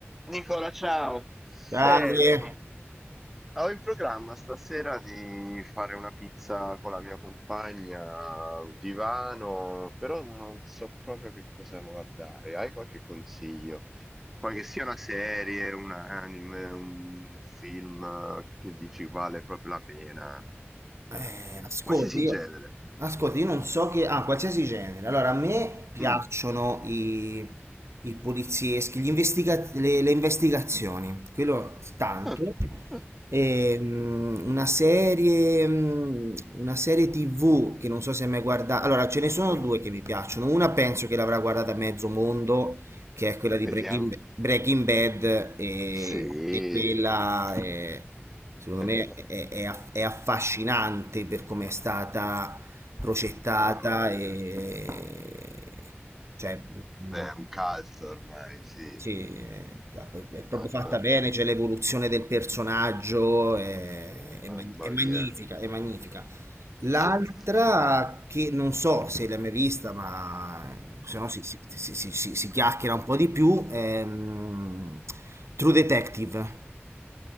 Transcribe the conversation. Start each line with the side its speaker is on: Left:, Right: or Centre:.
Centre: Nicola, ciao. Senti,
Right: Grande.
Centre: ho in programma stasera di fare una pizza con la mia compagna, un divano, però non so proprio che cosa guardare. Hai qualche consiglio? Qualche sia una serie, un anime, un film eh, che dici vale proprio la pena?
Right: Eh, ascolta,
Centre: Qualsiasi
Right: io,
Centre: genere.
Right: ascolta, io non so che... Ah, qualsiasi genere. Allora, a me piacciono
Centre: Mm.
Right: i, i polizieschi, gli investiga- le, le investigazioni. Quello tanto.
Centre: Ah, ah.
Right: E, mm, una serie, mm, una serie TV che non so se hai mai guardato. Allora, ce ne sono due che mi piacciono. Una penso che l'avrà guardata mezzo mondo, che è quella di
Centre: Vediamo.
Right: Breaking, Breaking Bad, e,
Centre: Sì,
Right: e quella
Centre: sì.
Right: eh, secondo
Centre: <laughs>
Right: me è, è aff- è affascinante per come è stata progettata
Centre: Ah, voglia.
Right: e cioè, mm,
Centre: Beh, è un cult ormai, sì.
Right: sì, eh, è, è proprio
Centre: Eh,
Right: fatta
Centre: eh,
Right: bene, c'è l'evoluzione del personaggio, è, è
Centre: Mamma
Right: mag- è magnifica,
Centre: mia.
Right: è magnifica. L'altra
Centre: Sì, sì.
Right: che non so se l'hai mai vista, ma se no si, si- si- si- si- si chiacchiera un po' di più, è mm, True Detective.